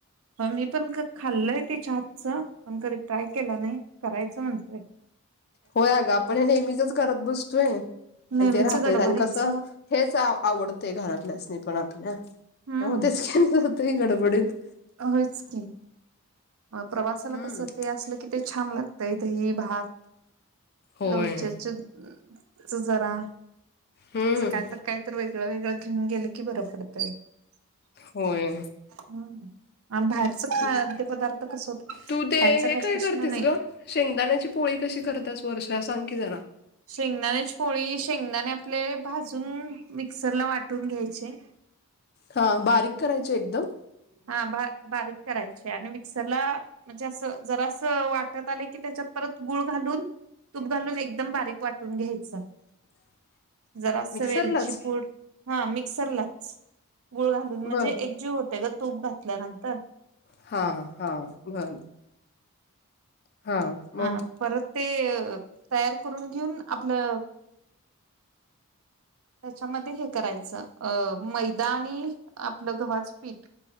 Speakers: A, on the right; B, on the left.
A: ह मी पण खाल्लय तिच्या हातचं पण कधी ट्राय केला नाही, करायचं म्हणतय
B: होय ग आपण हे नेहमीचच करत बसतोय.
A: नेहमीच
B: आणि ते राहतय
A: गडबडीच
B: आणि कसं हेच आवडतय घरातल्याच नाही पण आपल्या.
A: हम्म
B: ह तेच घॅनसातय गडबडीत.
A: होयच की. अ प्रवासाला
B: हम्म
A: कसं, ते असलं की ते छान लागतंय दही भात.
B: होय
A: लोणच्या च जरा,
B: हम्म
A: असं काय तर काहीतर वेगळं वेगळं घेऊन गेल की बरं पडतंय.
B: होय.
A: हम्म आणि बाहेरचं
B: तेच
A: खाद्यपदार्थ
B: की
A: कस होत
B: तू ते
A: खायचा
B: हे काय
A: प्रश्न
B: करतेस
A: नाही
B: ग? शेंगदाण्याची पोळी कशी करतीयास वर्षा सांग की जरा.
A: शेंगदाणेच पळी शेंगदाने आपले भाजून मिक्सर ला वाटून घ्यायचे.
B: हा बारीक करायचे एकदम.
A: हा बा-बारीक करायचे आणि मिक्सरला म्हणजे असं जरा असं वाटत आले की त्याच्यात परत गुळ घालून. तूप घालून एकदम बारीक वाटून घ्यायचं.
B: <inaudible>
A: जरास
B: मिक्सरलाच
A: वेलची पूड हा मिक्सरलाच. गुळ घालून
B: बर
A: म्हणजे एकजीव होते ग तूप घातल्यानंतर.
B: हा हा हा हा, बर. हा मग
A: हा परत ते तयार करून घेऊन आपलं. त्याच्यामध्ये हे करायचं, अ मैदा आणि आपलं गव्हाचं पीठ.